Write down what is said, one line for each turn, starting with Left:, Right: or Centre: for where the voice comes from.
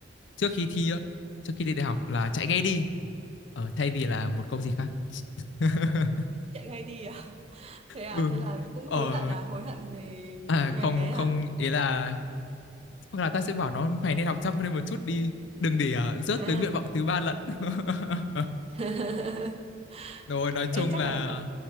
Left: trước khi thi á trước khi đi đại học là chạy ngay đi ờ, thay vì là một câu gì khác <laughs>
Right: Chạy ngay đi à? <laughs> Thế à,
Left: ừ
Right: thế là cũng
Left: ờ
Right: hối hận à, hối hận về
Left: à,
Right: ngành
Left: không
Right: đấy
Left: không
Right: à?
Left: ý là hoặc là ta sẽ bảo nó mày nên học chăm lên một chút đi đừng để ờ, rớt
Right: À.
Left: tới nguyện vọng thứ ba lận <laughs>
Right: <laughs>
Left: rồi nói chung
Right: Ê, chắc
Left: là
Right: là